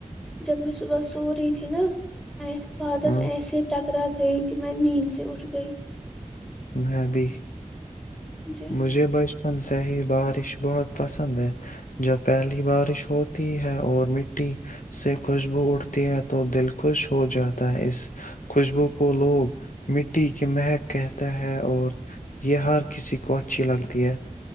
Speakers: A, in the centre; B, on the left (about 80°).
A: جب میں صبح سو رہی تھی نا ایس بادل
B: ہ
A: ایسے ٹکرا تھے کہ میں نیند سے اٹھ گئی
B: میں بھی
A: جی
B: مجھے بس سے ہی بارش بہت پسند ہے جب پہلی بارش ہوتی ہے اور مٹی سے خوشبو اھتی ہے تو دل خوش ہو جاتا ہے اس خوشبو کو لوگ مٹی کی مہک کہتا ہے اور یہ ہر کسی کو اچھی لگتی ہے <inaudible>